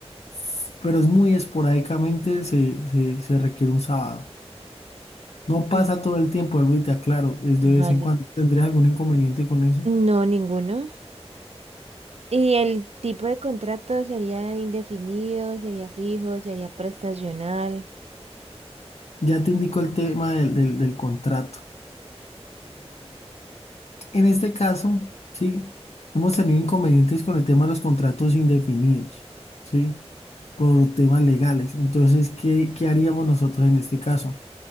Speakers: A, on the left; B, on the right.
A: s- pero es muy esporádicamente, se, se, se requiere un sábado. No pasa
B: Mm,
A: todo el tiempo, vuelvo y te aclaro, es de
B: Vale.
A: vez en cuando. ¿Tendrías algún inconveniente con eso?
B: No, ninguno. ¿Y el tipo de contrato sería indefinido, sería fijo, sería prestacional?
A: Ya te indico el tema del, del, del contrato. En este caso, sí, hemos tenido inconvenientes con el tema de los contratos indefinidos, ¿sí? Por temas legales. Entonces, ¿qué, qué haríamos nosotros en este caso?